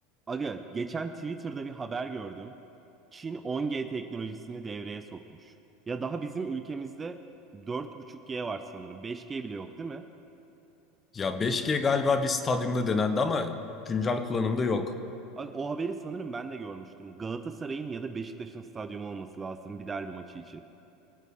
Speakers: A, on the right (about 20°); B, on the left (about 25°).
A: Aga, geçen Twitter'da bir haber gördüm. Çin 10G teknolojisini devreye sokmuş. Ya daha bizim ülkemizde 4.5G var sanırım. 5G bile yok değil mi?
B: Ya beş g galiba bir stadyumda denendi ama güncel kullanımda yok.
A: Aga, o haberi sanırım ben de görmüştüm. Galatasaray'ın ya da Beşiktaş'ın stadyumu olması lazım bir derbi maçı için.